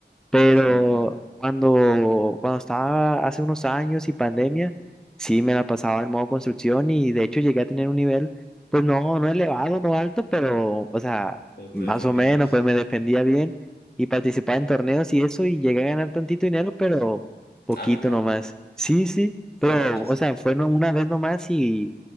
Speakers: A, in the centre; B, on the left.
A: Pero
B: Sí, bueno.
A: cuando, cuando estaba hace unos años y pandemia, sí me la pasaba en modo construcción y de hecho llegué a tener un nivel, pues no, no elevado, no alto, pero, o sea,
B: Pero
A: más
B: te defendías.
A: o menos, pues me defendía bien y participaba en torneos y eso y llegué a ganar tantito dinero, pero poquito
B: ¿Ah, neta?
A: nomás.
B: <laughs>
A: Sí, sí, pero,
B: No manches.
A: o sea, fue no- una vez nomás y,